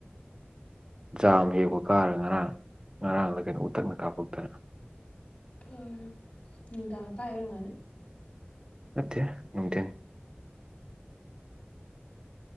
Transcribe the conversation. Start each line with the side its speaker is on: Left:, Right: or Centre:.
Right: ꯖꯥꯝ ꯍꯦꯛꯕ ꯀꯥꯔꯒ ꯉꯔꯥꯡ ꯉꯔꯥꯡꯂ ꯀꯩꯅꯣ ꯎꯊꯛꯅ ꯀꯥꯞꯄꯛꯇꯅ꯫
Left: ꯐꯔꯝ꯫ ꯅꯨꯡꯗꯥꯡ ꯀꯥꯏ ꯑꯣꯏꯔꯝꯒꯅꯤ꯫
Right: ꯅꯠꯇꯦ ꯅꯨꯡꯊꯤꯟ꯫